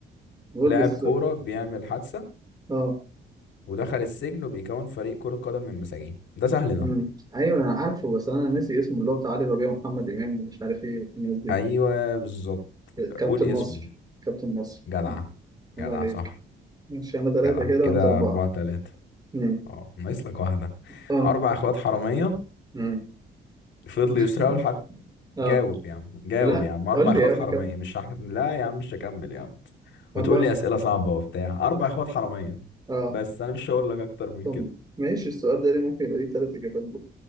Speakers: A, on the right; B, on the left.
A: قول
B: لاعب
A: لي السؤال
B: كورة بيعمل حادثة
A: اه
B: ودخل السجن وبيكون فريق كرة قدم من مساجين ده سهل ده
A: امم ايوه انا عارفه بس انا ناسي اسمه اللي هو بتاع علي ربيع ومحمد امام مش عارف ايه والناس دي
B: ايوه بالظبط
A: كابتن
B: قول اسمه
A: مصر كابتن مصر
B: جدع
A: الله
B: جدع
A: عليك
B: صح
A: مش انا ثلاثه
B: جدع
A: كده وانت
B: كده
A: اربعه
B: أربعة تلاتة
A: امم
B: اه ناقص لك واحدة
A: اه
B: أربع إخوات حرامية
A: امم
B: فضلوا
A: <laughs>
B: يسرقوا لحد
A: اه
B: جاوب يا عم جاوب
A: لا
B: يا عم أربع
A: قول
B: إخوات
A: لي يا عم
B: حرامية
A: كام
B: مش هحكم لا يا عم مش هكمل يا عم
A: اربعه
B: وتقول لي
A: خ...
B: أسئلة صعبة وبتاع أربع إخوات حرامية
A: اه
B: بس أنا مش هقول لك أكتر من
A: طب
B: كده
A: ماشي السؤال ده ليه ممكن يبقى ليه ثلاث اجابات بقى